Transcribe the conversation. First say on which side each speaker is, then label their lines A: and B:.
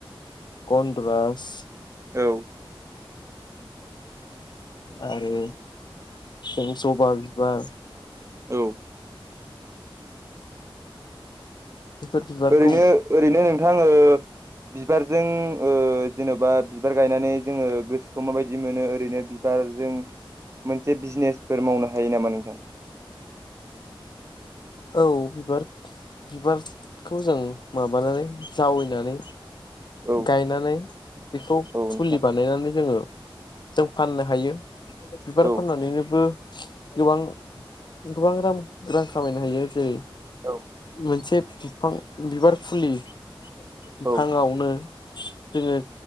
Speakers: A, on the left (about 55°); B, on the right (about 30°).
A: गद राजस।
B: औ।
A: आरो जों जबा बिबार
B: औ
A: बेफोर बिबारखौ
B: ओरैनो ओरैनो नोंथां ओ बिबारजों ओ जेनबा बिबार गायनानै जोंङो गोसोखौ माबायदि मोनो ओरैनो बि बार जों मोनसे बिजनेसफोर मावनो हा हायो नामा नोंथां?
A: औ बिबार बिबारखौ जों माबानानै जावैनानै
B: औ
A: गायनानै बेखौ
B: औ नोंथां
A: फुलि बानायनानै जोङो जों फाननो हायो। बिबार
B: औ
A: फाननानैनोबो गोबां गोबां रां रां खामायनो हायो जेरै
B: औ
A: मोनसे बिफां बिबार फुलि बिफाङावनो
B: औ
A: जोंङो